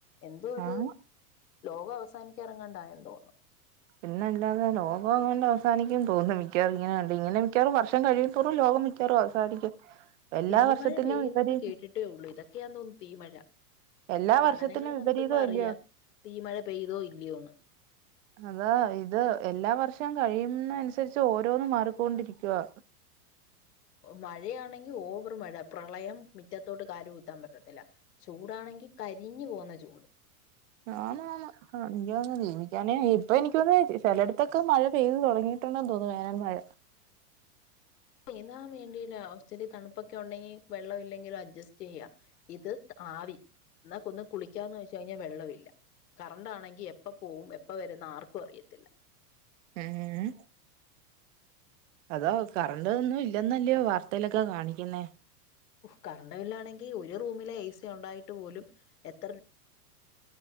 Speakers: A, on the left; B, on the right.
A: എന്തോ ഇത്
B: ആഹ്
A: ലോകം അവസാനിക്ക ഇറങ്ങണ്ടായന്ന് തോന്നുന്നു
B: പിന്നെ അല്ലാതെ ലോകങ്ങാണ്ട് അവസാനിക്കും തോന്നുന്നു മിക്കവാറും ഇങ്ങനെ കണ്ട് ഇങ്ങനെ മിക്കവാറും വർഷം കഴിയും തോറും ലോകം മിക്കവാറും അവസാനിക്കും എല്ലാ
A: തീ
B: വർഷത്തിലും
A: മഴ പെയ്യുന്നെന്ന്
B: വിപരീത
A: കേട്ടിട്ടേ ഉള്ളു ഇതൊക്കെയാ തോന്നുന്നു തീമഴ
B: എല്ലാ
A: പഠനങ്ങൾ
B: വർഷത്തിലും വിപരീതം
A: നടത്തുമ്പോ അറിയാം
B: അല്ലയോ
A: തീ മഴ പെയ്തോ ഇല്ലയോന്ന്
B: അതാ ഇത് എല്ലാ വർഷവും കഴിയുന്ന അനുസരിച്ച് ഓരോന്ന് മാറിക്കൊണ്ടിരിക്കുവാ
A: മഴയാണെങ്കിൽ ഓവർ മഴ പ്രളയം മിറ്റത്തോട് കാല് കുത്താൻ പറ്റത്തില്ല ചൂടാണെങ്കിൽ കരിഞ്ഞു പോകുന്ന ചൂട്
B: ആന്ന് ആന്ന് ആഹ് എനിക്ക് തോന്നുന്ന് ജീവിക്കാനേ ഇപ്പൊ എനിക്ക് തോന്നുന്നു ചിലയിടത്തൊക്കെ മഴ പെയ്ത് തുടങ്ങിയിട്ടുണ്ടെന്ന് തോന്നുന്നു വേനൽ മഴ
A: ചെയ്താൻ വേണ്ടിയില്ല ഒത്തിരി തണുപ്പൊക്കെ ഉണ്ടെങ്കി വെള്ളം ഇല്ലെങ്കിലും അഡ്ജസ്റ്റ് ചെയ്യാം ഇത് ആവി എന്നാക്ക് ഒന്ന് കുളിക്കാന്ന് വെച്ച് കഴിഞ്ഞാൽ വെള്ളമില്ല കറണ്ടണാങ്കി എപ്പ പോവും എപ്പ വരെന്ന് ആർക്കും അറിയത്തില്ല
B: ഏഹ് അതോ കറണ്ട് ഒന്നും ഇല്ലന്നല്ലയോ വാർത്തയിലൊക്കെ കാണിക്കുന്നേ
A: കറണ്ട് ബില്ലാണെങ്കിൽ ഒരു റൂമിലെ എ സി ഉണ്ടായിട്ട് പോലും എത്ര